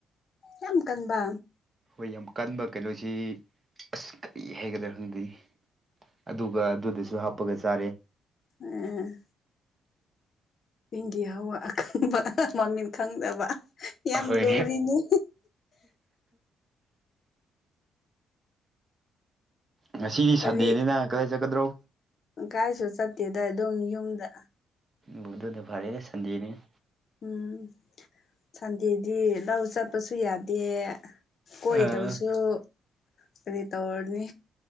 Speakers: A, on the left; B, on the right.
A: ꯌꯥꯝ ꯀꯟꯕ
B: ꯍꯣꯏ ꯌꯥꯝ ꯀꯟꯕ ꯀꯩꯅꯣꯁꯤ ꯑꯁ ꯀꯔꯤ ꯍꯥꯏꯒꯗ꯭ꯔꯥ ꯈꯪꯗꯦ ꯑꯗꯨꯒ ꯑꯗꯨꯗꯁꯨ ꯍꯥꯞꯄꯒ ꯆꯥꯔꯦ
A: ꯎꯝ ꯏꯪꯒꯤꯍꯋꯥ ꯑꯈꯪꯕ ꯃꯃꯤꯟ ꯈꯪꯗꯕ ꯌꯥꯝ
B: ꯑꯍꯣꯏ
A: ꯂꯨꯔꯤꯅꯤ
B: ꯉꯁꯤꯗꯤ
A: ꯀꯔꯤ
B: ꯁꯟꯗꯦꯅꯤꯅ ꯀꯗꯥꯏ ꯆꯠꯀꯗ꯭ꯔꯣ
A: ꯀꯥꯏꯁꯨ ꯆꯠꯇꯦꯗ ꯑꯗꯨꯝ ꯌꯨꯝꯗ
B: ꯃꯗ ꯐꯔꯦꯅꯦꯦ ꯁꯟꯗꯤꯅꯤ
A: ꯎꯝ ꯁꯟꯗꯦꯗꯤ ꯂꯧ ꯆꯠꯄꯁꯨ ꯌꯥꯗꯦ ꯀꯣꯏꯗꯕꯁꯨ
B: ꯑ
A: ꯀ ꯇꯧꯔꯅꯤ